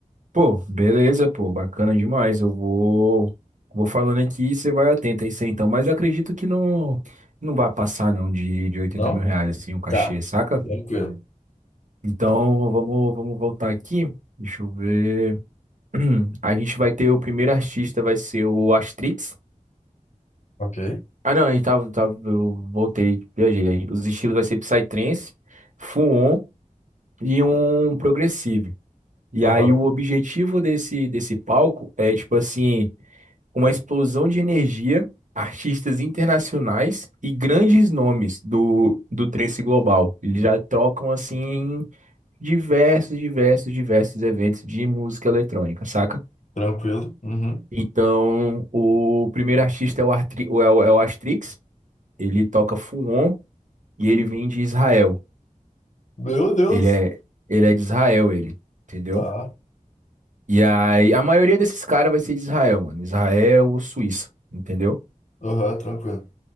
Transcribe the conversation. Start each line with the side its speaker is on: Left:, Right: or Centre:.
Right: Pô, beleza, pô, bacana demais. Eu vou vou falando aqui e você vai atento a isso aí, você então. Mas eu acredito que não não vai passar não de, de oitenta
Left: Não?
Right: mil reais assim o cachê,
Left: Tá.
Right: saca?
Left: Tranquilo.
Right: Então vamos vamos voltar aqui. Deixa eu ver. <clears throat> A gente vai ter o primeiro artista vai ser o Astrix.
Left: Ok.
Right: Ah, não, a gente tava, tava eu voltei, viajei. Os estilos vai ser Psytrance, Fuon e um progressive. E
Left: Aham.
Right: aí o objetivo desse, desse palco é, tipo assim, uma explosão de energia, artistas internacionais e grandes nomes do, do trance global. Eles já trocam, assim, diversos, diversos, diversos eventos de música eletrônica, saca?
Left: Tranquilo. Uhum.
Right: Então, o primeiro artista é o, Artri, é o, é o Astrix, ele toca Fuon e ele vem de Israel.
Left: Meu Deus.
Right: Ele é, ele é de Israel, ele, entendeu?
Left: Tá.
Right: E aí, a maioria desses caras vai ser de Israel, mano. Israel ou Suíça, entendeu?
Left: Aham, tranquilo.